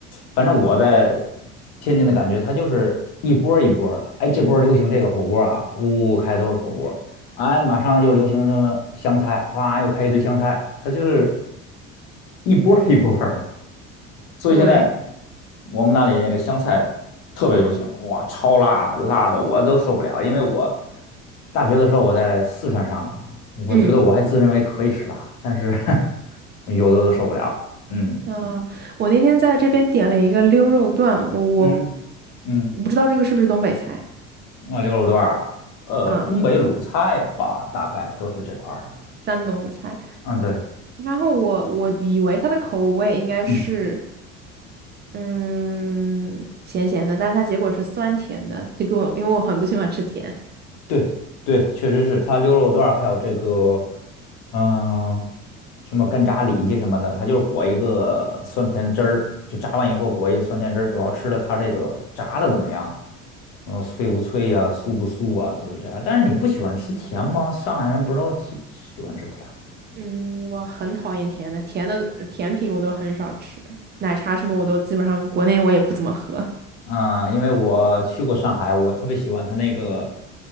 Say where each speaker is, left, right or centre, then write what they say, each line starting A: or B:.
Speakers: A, on the left; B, on the right.
A: 反正我在天津的感觉，它就是一波儿一波儿的。哎，这波儿流行这个火锅儿啊，呜呜开都是火锅儿哎，马上又流行什么湘菜，哇，又开一堆湘菜，它就是一波儿一波儿的。所以现在
B: 对，
A: 我们那里那个湘菜特别流行，哇，超辣的，辣的我都受不了。因为我大学的时候我在四川上的嘛，我觉得我还自认为可以吃辣，
B: 嗯。
A: 但是 <laughs> 有的都受不了。嗯
B: 啊，我那天在这边点了一个溜肉段，我我
A: 嗯嗯，
B: 我不知道这个是不是东北菜
A: 啊，牛肉段儿，呃，
B: 啊，
A: 东北鲁菜吧，大概都是这块儿的。
B: 山东菜。
A: 嗯，对，
B: 然后我我以为它的口味应该是
A: 嗯。
B: 嗯咸咸的，但是它结果是酸甜的，这个我因为我很不喜欢吃甜，
A: 对对，确实是它溜肉段，儿，还有这个，嗯、什么干炸里脊什么的，它就是裹一个酸甜汁儿，就炸完以后裹一个酸甜汁儿，主要吃的它这个炸的怎么样，嗯、脆不脆呀、酥不酥啊，都是这样。但是你不喜欢吃甜吗？上海人不都喜喜欢吃甜吗？
B: 嗯，我很讨厌甜的，甜的甜品我都很少吃，奶茶什么我都基本上国内我也不怎么喝。
A: 啊、因为我去过上海，我特别喜欢它那个，